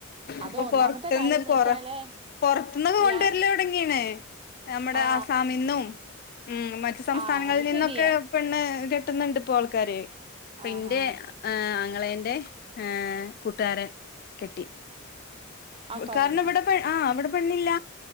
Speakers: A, on the right; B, on the left.
A: അത്
B: ഇപ്പ
A: ഒന്നാമത്തെ
B: പൊർത്ത്ന്ന്
A: കാര്യംന്ന്
B: പൊറ
A: വെച്ചാലേ
B: പൊർത്ത്ന്നൊക്കെ
A: ഇയാർ
B: കൊണ്ടരല് തൊടങ്ങിണ്‌ നമ്മുടെ
A: ആ
B: ആസാമിന്നും ഹ്മ്മ് മറ്റു സംസ്ഥാനങ്ങളിൽ
A: ആ അത്
B: നിന്നൊക്കെ
A: ശരിയാ
B: പെണ്ണ് കെട്ടുന്ന്ണ്ട് ഇപ്പോ ആൾക്കാര്, ഇപ്പെന്റെ
A: ആഹാ
B: ഏഹ് ആങ്ങെളെന്റെ ഏഹ് കൂട്ടുകാരൻ കെട്ടി.
A: ആ സമയന്നോ
B: കാരണം ഇവടെ പെ ആഹ് ഇവടെ പെണ്ണില്ല